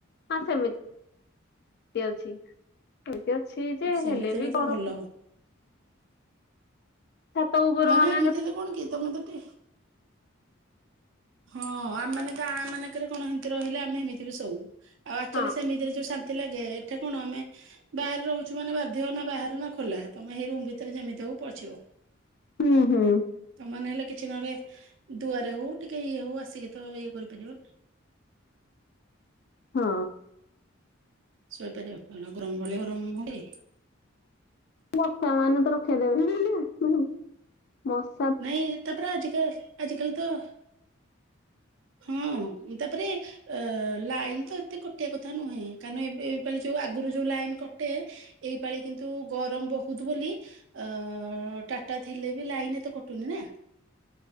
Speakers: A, on the left; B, on the right.
A: ହଁ ସେମତି ଅଛି ସେମିତି ଅଛି ଯେ
B: ସେମିତି
A: ହେଲେ ବି
B: ତ
A: ଗରମ
B: ଭଲ
A: ଛାତ ଉପର
B: ମାନେ
A: ମାନଙ୍କ
B: ଏମିତି ହେଲେ କଣ କି ତମେ ତ ଟେ ହଁ ଆମେ ଗାଁ ମାନଙ୍କରେ କଣ ହେମିତି ରହିଲେ ଆମେ ହେମିତି ବି ସୋଉ। ଆଉ ଆକ୍ଚୁଆଲି
A: ହଁ
B: ସେମିତିରେ ଯୋଉ ଶାନ୍ତି ଲାଗେ ଏଠେ କଣ ଆମେ। ବାହାରେ ରହୁଛୁ ମାନେ ବାଧ୍ୟ ନା ବାହାରେ ନା ଖୋଲା ତମେ ସେଇ ରୁମ ଭିତରେ ଯେମିତି ହବ ପଚିବ।
A: ହୁଁ ହୁଁ
B: ତମେ ମାନେ ହେଲେ କିଛି ନହଲେ ଦୁଆରେ ହଉ ଟିକେ ଇଏ ହଉ ଆସିକି ତ ଇଏ କରିପାରିବନା
A: ହଁ
B: ଶୋଇପାରିବ ଗରମ ବ ଗରମ ହୁଏ।
A: ମସା ମାନେ ତ ରଖେଇଦବେନି। <inaudible>
B: ନାଇଁ ତାପରା ଆଜିିକା ଆଜି କଲ ତ <inaudible> ହଁ ତାପରେ। ଅ ଲାଇନ୍ ତ ଏତେ କଟିବା କଥା ନୁହେଁ କାରଣ ଏ ଏ ଯୋଉ ଆଗରୁ ଯୋଉ ଲାଇନ କଟେ। ଏଇ ପାାଳି କିନ୍ତୁ ଗରମ ବହୁତ ବୋଲି ଅ ଟାଟା ଥିଲେ ବି ଲାଇନ ଏତେ କଟୁ ଟୁନି ନା।